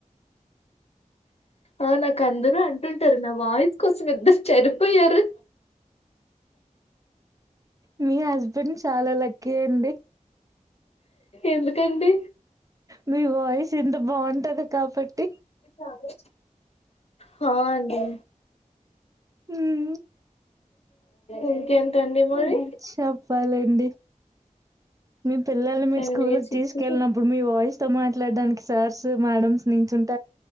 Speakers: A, on the left; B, on the right.
A: ఆ నాకు అందరూ అంటుంటారు నా వాయిసు కోసం ఇద్దరు చెడిపోయ్యారు
B: మీ హస్బెండ్ చాలా లక్కీ అండి
A: ఎందుకండి
B: మీ వాయిస్ ఎంత బాగుం ఉంటది కాబట్టి
A: ఇక అదే హా అండి
B: ఉమ్
A: ఇంకేం సండే మరి
B: హ్మ్. చెప్పాలండి. మీ పిల్లల్ని మీరు
A: టెన్
B: స్కూల్
A: మినిట్స్
B: కి తీసుకెళ్ళినప్పుడు
A: ఇచ్చారు
B: మీ వాయిస్ నీతో మాట్లాడడానికి సార్స్ మేడమ్స్ నించుంటా